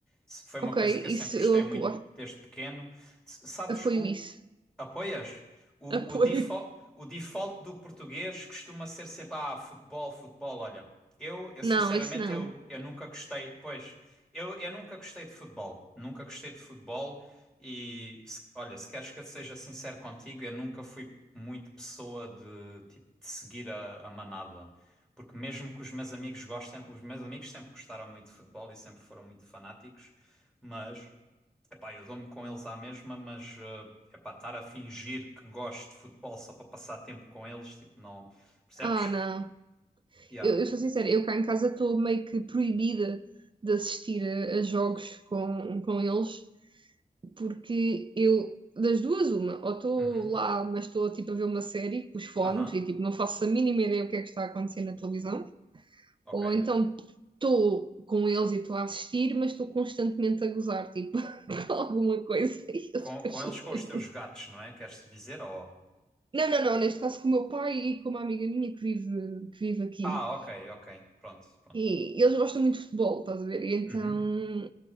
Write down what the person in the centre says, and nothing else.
Foi uma
coisa que
eu sempre gostei
muito
desde pequeno. S- Sabes,
o,
Apoias? O,
o, default, o default do português costuma ser sempre, ah, futebol, futebol, olha. Eu, eu sinceramente,
eu, eu nunca gostei, pois, eu, eu nunca gostei de futebol. Nunca gostei de futebol e, se- olha, se queres que eu seja sincero contigo, eu nunca fui muito pessoa de, tipo, de seguir a, a manada. Porque mesmo que os meus amigos gostem, os meus amigos sempre gostaram muito de futebol e sempre foram muito fanáticos, mas... Epá, eu dou-me com eles à mesma, mas eh, epá, estar a fingir que gosto de futebol só para passar tempo com eles, tipo, não. Percebes?
Yeah.
Uhum.
Aham.
Ok.
Com,
com
eles, com os teus gatos, não é? Queres te dizer? Ou...
Ah, ok, ok. Pronto, pronto.
Uhum.